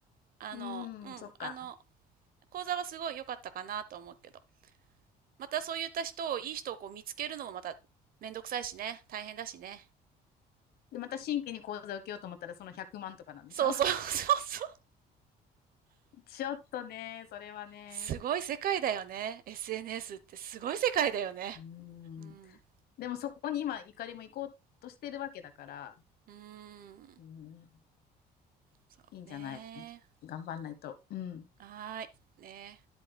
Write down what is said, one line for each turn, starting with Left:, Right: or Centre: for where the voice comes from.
Right: あの、
Left: うーん、
Right: うん。
Left: そっか。
Right: あの、講座はすごい良かったかなと思うけど。またそういった人を、いい人をこう見つけるのもまためんどくさいしね。大変だしね。
Left: で、また新規に講座を受けようと思ったら、その100万とかなんでしょ
Right: そうそう
Left: <laughs>
Right: <laughs> そうそう。
Left: ちょっとね、それはね。
Right: すごい世界だよね。SNS ってすごい世界だよね。
Left: うー
Right: うん。
Left: ん。でもそこに今、怒りも行こうとしてるわけだから、
Right: うーん。
Left: うん、
Right: そうね。
Left: いいんじゃない頑張んないと。うん。
Right: はーい。ね。